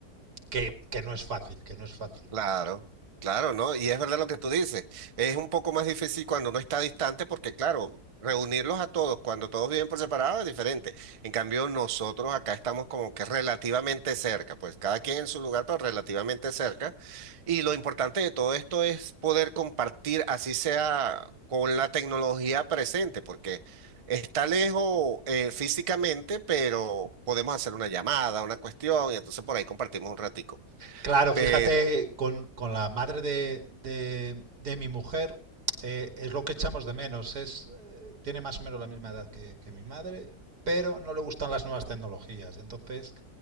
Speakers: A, on the right; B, on the right.
A: que, que no es fácil, que no es fácil.
B: Claro, claro, ¿no? Y es verdad lo que tú dices. Es un poco más difícil cuando uno está distante porque, claro, reunirlos a todos cuando todos viven por separado es diferente. En cambio, nosotros acá estamos como que relativamente cerca, pues cada quien en su lugar, pero relativamente cerca. Y lo importante de todo esto es poder compartir, así sea con la tecnología presente, porque está lejos eh, físicamente, pero podemos hacer una llamada, una cuestión, y entonces por ahí compartimos un ratico.
A: Claro, fíjate,
B: Pero,
A: con, con la madre de, de, de mi mujer eh, es lo que echamos de menos, es, eh, tiene más o menos la misma edad que, que mi madre, pero no le gustan las nuevas tecnologías, entonces